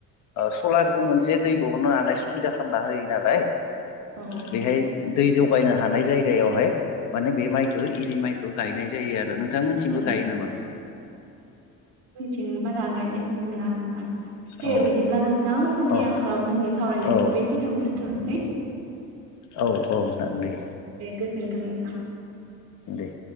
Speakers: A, on the left; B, on the right.
A: सलारजों मोनसे दै बहरनो हानाय सुबिदा खालामना होयो नालाय।
B: औ
A: बेहाय दै जगायनो हानाय जायगायावहाय माने बे माइखौ इरि माइखौ गायनाय जायो आ रो नोंथांमोनसिमबो
B: औ
A: गायो नामा बिदि?
B: थिं बारा गायनाय नुनो मोना नोंथां दे
A: औ
B: बिदिब्ला नोंथां समनि
A: औ
B: आंखालाव जोंनि सावरायनायखौ
A: औ
B: बेखिनियावनो दोनथ'नो सै
A: औ औ नों दे
B: गोजोन्थों नोंथां
A: दे।